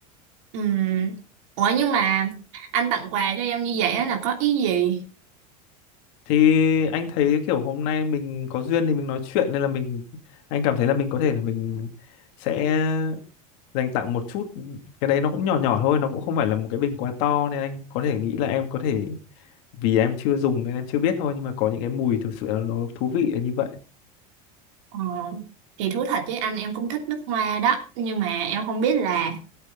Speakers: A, on the right (about 60°); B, on the left (about 50°).
A: Ừ. Ủa nhưng mà anh tặng quà cho em như vậy á là có ý gì?
B: thì anh thấy kiểu hôm nay mình có duyên thì mình nói chuyện nên là mình anh cảm thấy là mình có thể là mình sẽ dành tặng một chút cái đấy nó cũng nhỏ nhỏ thôi nó cũng không phải là một cái bình quá to nên anh có thể nghĩ là em có thể vì em chưa dùng nên em chưa biết thôi nhưng mà có những cái mùi thực sự là nó thú vị là như vậy
A: Ờ, thì thú thật với anh em cũng thích nước hoa đó nhưng mà em không biết là